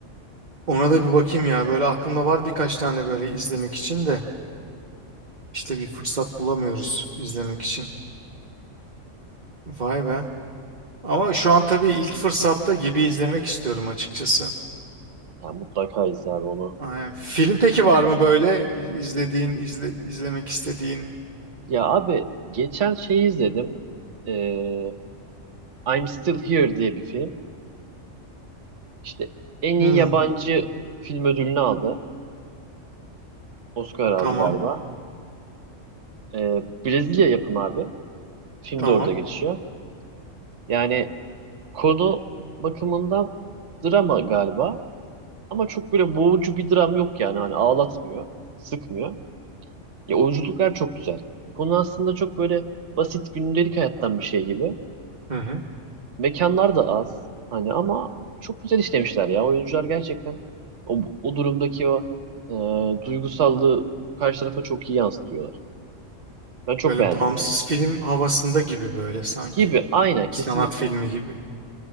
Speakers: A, on the right (about 35°); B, on the right (about 65°).
A: Ona da bir bakayım ya. Böyle aklımda var birkaç tane böyle izlemek için de. İşte bir fırsat bulamıyoruz izlemek için. Vay be. Ama
B: Vallahi.
A: şu an tabii ilk fırsatta gibi izlemek istiyorum açıkçası.
B: Ya mutlaka izle abi onu.
A: Aynen. Film peki var mı böyle iz- izlediğin, izle, izlemek istediğin?
B: Ya abi geçen şey izledim. Ee, I'm Still Here diye bir film. İşte en
A: Hmm,
B: iyi yabancı film ödülünü aldı. Oscar aldı
A: tamam,
B: galiba. Ee, Brezilya yapımı abi. Film
A: tamam.
B: de orada geçiyor. Yani konu bakımından drama galiba. Ama çok böyle boğucu bir dram yok yani. Hani ağlatmıyor, sıkmıyor. Ya oyunculuklar çok güzel. Konu aslında çok böyle basit gündelik hayattan bir şey gibi.
A: Hı hı.
B: mekanlar da az hani ama çok güzel işlemişler ya. Oyuncular gerçekten o, o durumdaki o e, duygusallığı karşı tarafa çok iyi yansıtıyorlar. Ben çok
A: Böyle
B: beğendim
A: bağımsız
B: yani.
A: film havasında gibi böyle sanki.
B: Gibi aynen
A: Sanat
B: kesinlikle.
A: filmi gibi.